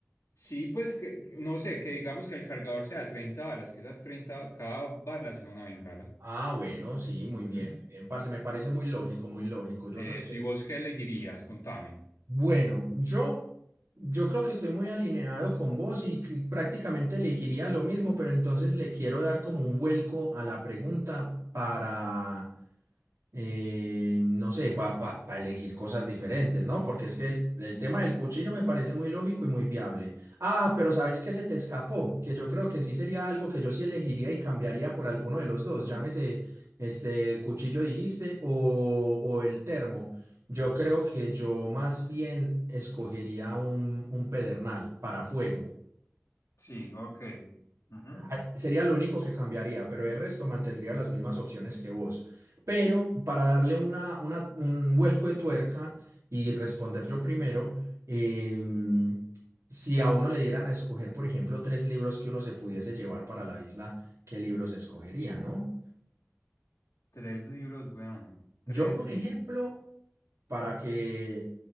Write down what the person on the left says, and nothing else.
Sí, pues que- que- no sé, que digamos que el cargador sea 30 balas, que esas 30 cada bala sea una bengala.
Ujú.
Eh,
si vos qué elegirías, contame.
Sí, ok. Ujú.
Tres libros, weón.
Tres
libros.